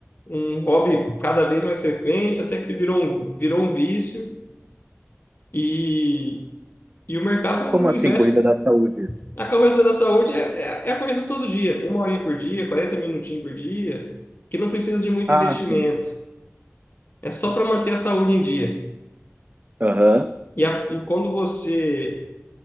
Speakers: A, on the left; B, on the right.
A: um hobby cada vez mais frequente, até que se virou um, virou um vício e, e o mercado
B: Como
A: investe
B: assim, corrida da saúde?
A: A corrida da saúde é, é, é a corrida todo dia, uma horinha por dia, 40 minutinhos por dia, que não precisa de muito
B: Ah,
A: investimento.
B: sim.
A: É só para manter a saúde em dia.
B: Aham.
A: E, a, e quando você